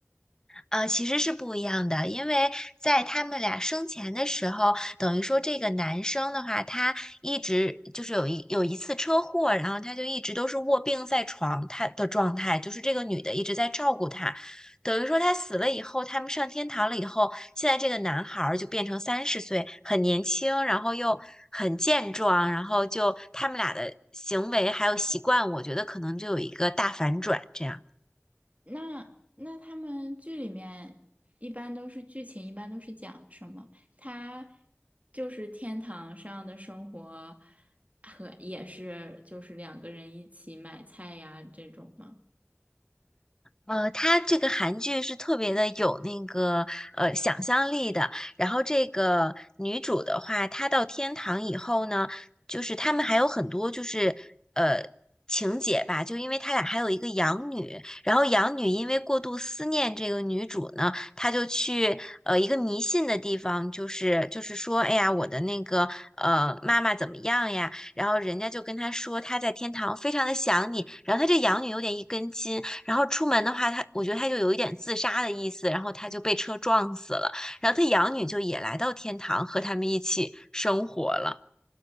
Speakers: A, on the left; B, on the right.
A: 呃，其实是不一样的，因为在他们俩生前的时候，等于说这个男生的话，他一直就是有一有一次车祸，然后他就一直都是卧病在床，他的状态就是这个女的一直在照顾他，等于说他死了以后，他们上天堂了以后，现在这个男孩儿就变成三十岁，很年轻，然后又很健壮，然后就他们俩的行为还有习惯，我觉得可能就有一个大反转，这样。
B: 那那他们剧里面一般都是剧情，一般都是讲什么？他就是天堂上的生活和也是就是两个人一起买菜呀这种吗？
A: 呃，它这个韩剧是特别的有那个呃想象力的。然后这个女主的话，她到天堂以后呢，就是他们还有很多就是呃情节吧，就因为他俩还有一个养女，然后养女因为过度思念这个女主呢，她就去呃一个迷信的地方，就是就是说，哎呀，我的那个呃妈妈怎么样呀？然后人家就跟她说，她在天堂非常的想你，然后她这养女有点一根筋。然后出门的话，他我觉得他就有一点自杀的意思，然后他就被车撞死了。然后他养女就也来到天堂和他们一起生活了。